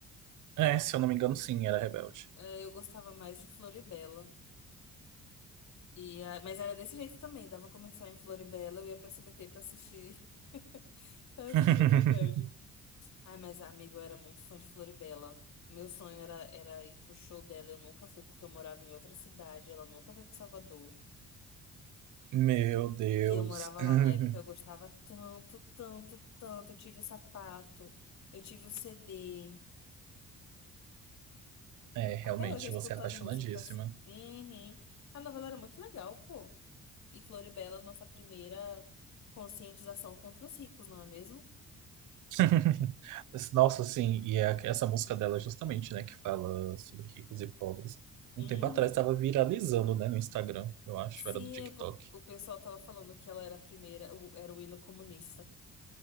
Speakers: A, on the right (about 80°); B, on the left (about 65°).
A: É, se eu não me engano, sim, era Rebelde.
B: Eh, Eu gostava mais de Floribela. E, ah, mas era desse jeito também, dava comercial em Floribela, eu ia pra CBT pra assistir, <laughs> pra
A: <laughs>
B: assistir Rebelde. Ai, mas amigo, eu era muito fã de Floribela. Meu sonho era, era ir pro show dela. Eu nunca fui porque eu morava em outra cidade. Ela nunca foi pro Salvador.
A: Meu Deus.
B: E eu morava
A: <laughs>
B: lá na época, eu gostava tanto, tanto, tanto. Eu tive o sapato, eu tive o CD.
A: É, realmente,
B: Até hoje eu escuto
A: você é apaixonadíssima.
B: as músicas. Uhum. A novela era muito legal, pô. E Floribela, nossa primeira conscientização contra os ricos, não é mesmo?
A: <laughs> Mas, Nossa, assim, e é a- essa música dela é justamente, né, que fala sobre ricos e pobres.
B: Uhum.
A: Um tempo atrás estava viralizando, né, no Instagram, eu acho,
B: Sim,
A: era do TikTok.
B: é por... o pessoal tava falando que ela era a primeira, o- era o hino comunista.